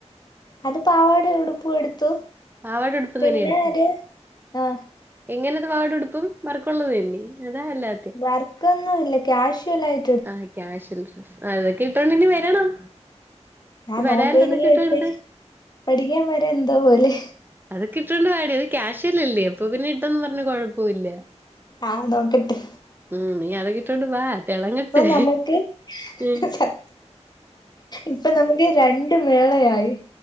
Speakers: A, on the left; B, on the right.
A: അത് പാവാടെ ഉടുപ്പൂ എടുത്തു.
B: പാവാട ട്പ്പു ന്നിനീ
A: പിന്നെ
B: എട്ത്താ
A: ഒരു ആഹ്
B: എങ്ങനെത് വാടെടുപ്പും വർക്കുള്ളതന്നെ അതാ അല്ലാ
A: വർക്കൊന്നൂല്ല ക്യാഷ്വലയി
B: ആ ക്യാഷ്യൽ ആ അത് കിട്ടണെങ്കി വരണം
A: ഞാൻ
B: വരാല്ലോ
A: നോക്ക എനിക്ക്
B: അതൊക്കെ ഇട്ടോണ്ട്
A: ക്ഷേ പഠിക്കാൻ വരാ എന്തോ പോലെ
B: അതൊക്കെ ഇട്ടൊണ്ട് വാടി അത് ക്യാഷ്വലല്ലേ അപ്പൊ പിന്നെ ഇട്ടൊന്ന് പറഞ്ഞഞ് കുഴപ്പൊല്ല.
A: ആഹ് നോക്കട്ട്
B: ഉം നീ അതൊ കിട്ടോണ്ട് വാ തെളങ്ങട്ട്
A: പ്പൊ നമുക്ക്
B: ഉം
A: സ ഇപ്പൊ നമുക്ക് രണ്ട് മേളയായി